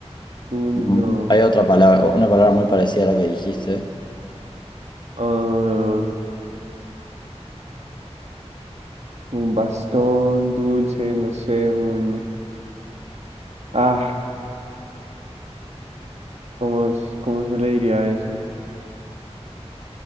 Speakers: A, on the right; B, on the left.
A: un
B: Ujú.
A: no.
B: Hay otra palabra, una palabra muy parecida a la que dijiste.
A: ah, un bastón, dulce, no sé, un ah, ¿cómo, es- cómo se le diría a eso?